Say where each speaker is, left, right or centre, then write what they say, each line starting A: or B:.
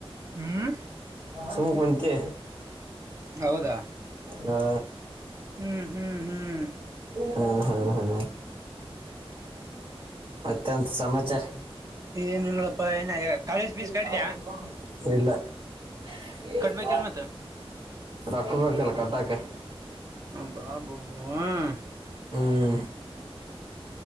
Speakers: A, on the right; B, on the right.
A: ಹ್ಮ್
B: ಸುಮ್ ಕುಂತಿ
A: ಹೌದಾ
B: ಹಾ
A: ಹ್ಮ್ ಹ್ಮ್ ಹ್ಮ್
B: ಹು ಹು ಹಾ ಮತ್ಯಂತ್ ಸಮಚಾರ
A: ಏನಿಲ್ಲಪ್ಪಾ ಏನ ಕಾಲೇಜ್ ಫೀಸ್
B: <inaudible>
A: ಕಟ್ಟಿದ್ಯಾ
B: ಇಲ್ಲ <inaudible>
A: ಕಟ್ಬೇಕಿಲ್ ಮತ್ತ
B: ರೊಕ್ಕ ಬೇಕಲ್ಲ ಕಟ್ಟಕ್ಕೆ
A: ಅಬಾಬಬ್ಹು್
B: ಹ್ಮು